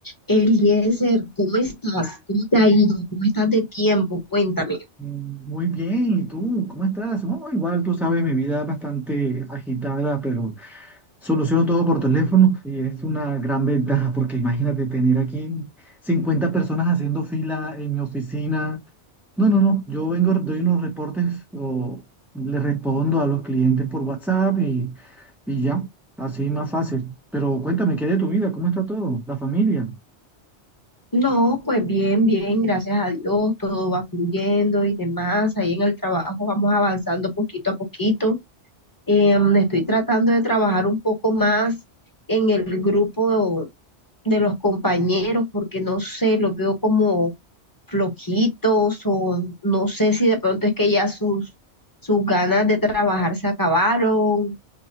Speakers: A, on the left; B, in the centre.
A: Eliezer, ¿cómo estás? ¿Cómo te ha ido? ¿Cómo estás de tiempo? Cuéntame.
B: Mm, Muy bien, ¿y tú? ¿Cómo estás? No, igual tú sabes, mi vida es bastante agitada, pero soluciono todo por teléfono y es una gran ventaja porque imagínate tener aquí 50 personas haciendo fila en mi oficina. No, no, no, yo vengo, doy unos reportes o le respondo a los clientes por WhatsApp y, y ya, así más fácil. Pero cuéntame, ¿qué hay de tu vida? ¿Cómo está todo? ¿La familia?
A: No, pues bien, bien, gracias a Dios, todo va fluyendo y demás. Ahí en el trabajo vamos avanzando poquito a poquito. Em, estoy tratando de trabajar un poco más en el grupo de los compañeros porque no sé, los veo como flojitos o no sé si de pronto es que ya sus, sus ganas de trabajar se acabaron